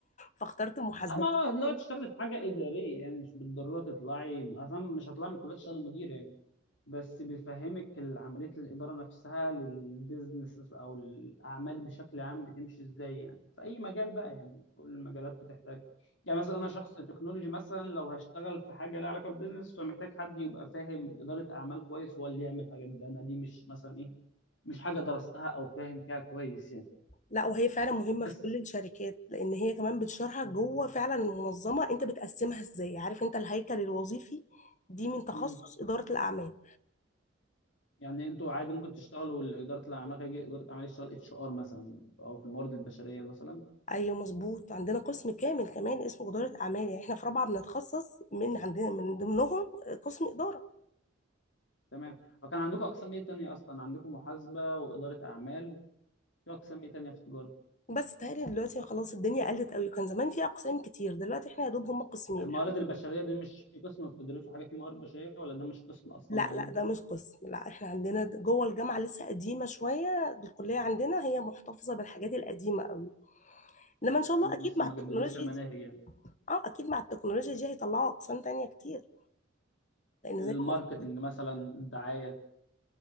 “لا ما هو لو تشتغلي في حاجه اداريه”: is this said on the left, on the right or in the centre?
Left